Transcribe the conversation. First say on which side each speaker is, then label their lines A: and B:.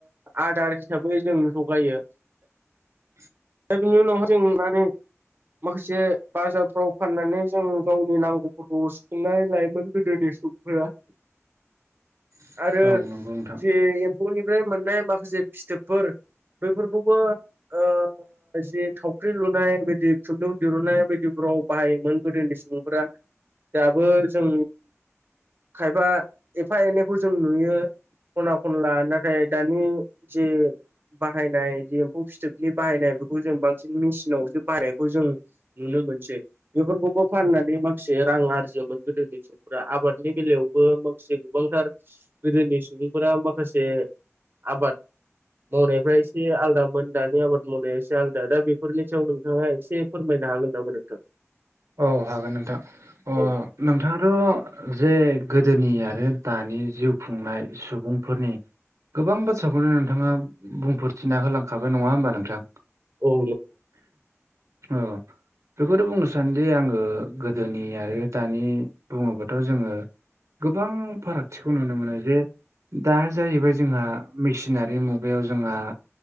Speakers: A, on the right; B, on the right.
A: आदार हिसाबै जों जगायो
B: <inaudible>
A: दा बिनि उनावहाय जों माने
B: <inaudible>
A: माखासे बाजारफ्राव फाननानै जों गावनि नांगौफोरखौ सुफुंनानै लायोमोन गोदोनि सम <unintelligible>
B: <inaudible>
A: आरो
B: औ नंगौ नोंथां
A: जे एम फौनिफ्राय मोननाय माखासे फिथोबफोर बैफोरखौबो ओ जि थावख्रि लुनाय बिदि खुन्दुं दिरुनाय बिबायदिफ्राव बाहायोमोन गोदोनि सुबुंफोरा। दाबो जों खायबा एफा एनैखौ जों नुयो। खना खनला नाथाय दानि जि बाहायनाय जि एम्फौ फिथोबनि बाहायनाय बेखौ जों बांसिन मेसिनावसो बाहायनायखौ जों नुनो मोनसै बेफोरखौबो फाननानै माखासे रां आरजियोमोन गोदोनि समाव। आबादनि बेलायावबो माखासे गोबांथार गोदोनि सुबुंफोरा माखासे आबाद मावनायफ्रा एसे आलदामोन दानि आबाद मावनाया एसे आलदा। दा बेफोरनि सायाव नोंथाङा एसे फोरमायनो हागोन नामा नोंथां?
B: औ हागोन नोंथां। अ
A: औ
B: नोंथाङाथ' जे गोदोनि आरो दानि जिउ खुंनाय सुबुंफोरनि गोबां बाथ्राखौनो नोंथाङा बुंफोरथिना होलांखाबाय नङा होमबा नोंथां?
A: औ
B: औ बेखौथ' बुंनोसै दासान्दि आङो गोदोनि आरो दानि बुङोबाथ' जोङो गोबां फारागथिखौ नुनो मोनो जे दा जाहैबाय जोंहा मेसिनारि मुगायाव जोंहा